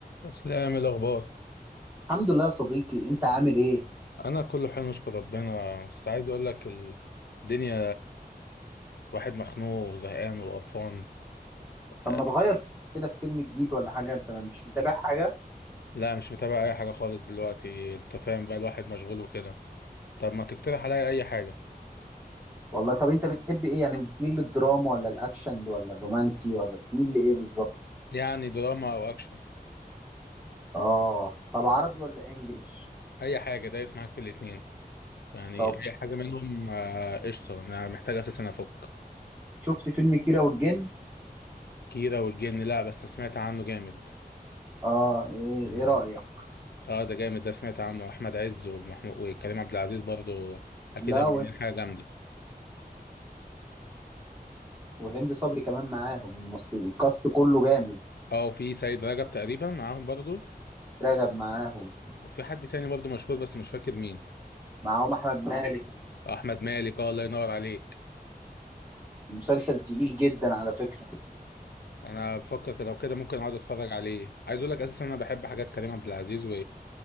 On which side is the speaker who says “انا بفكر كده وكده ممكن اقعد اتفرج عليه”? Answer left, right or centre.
Left